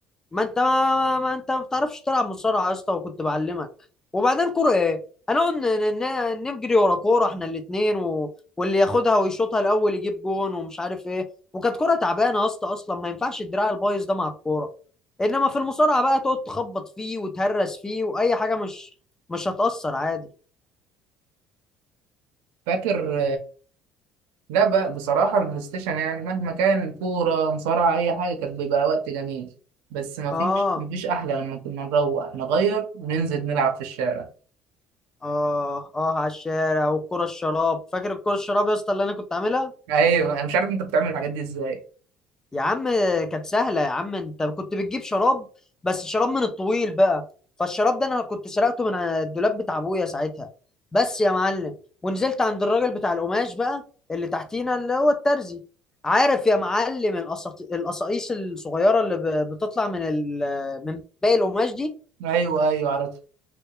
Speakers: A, on the left; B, on the right.
A: ما انت ما, ما انت ما بتعرفش تلعب مصارعه يا اسطى وكنت بعلمك وبعدين كوره ايه انا نجري ورا كوره احنا الاثنين و... واللي ياخدها ويشوطها الاول يجيب جون ومش عارف ايه وكانت كوره تعبانه يا اسطى اصلا ما ينفعش الدراع البايظ ده مع الكوره انما في المصارعه بقى تقعد تخبط فيه وتهرس فيه واي حاجه مش مش هتاثر عادي
B: فاكر لا بقى بصراحة البلاي ستيشن يعني مهما كان كورة مصارعة أي حاجة كان بيبقى وقت جميل بس ما
A: اه
B: فيش مفيش أحلى لما كنا نروح نغير وننزل نلعب في الشارع
A: اه اه على الشارع والكرة الشراب فاكر الكرة الشراب يا اسطى اللي انا كنت عاملها
B: أيوه أنا مش عارف أنت بتعمل الحاجات دي إزاي
A: يا عم كانت سهلة يا عم انت كنت بتجيب شراب بس شراب من الطويل بقى فالشراب ده انا كنت سرقته من الدولاب بتاع ابويا ساعتها بس يا معلم ونزلت عند الراجل بتاع القماش بقى اللي تحتينا اللي هو الترزي عارف يا معلم القصاط- القصاقيص الصغيرة اللي ب- بتطلع من ال... من باقي القماش دي
B: أيوه أيوه عرفت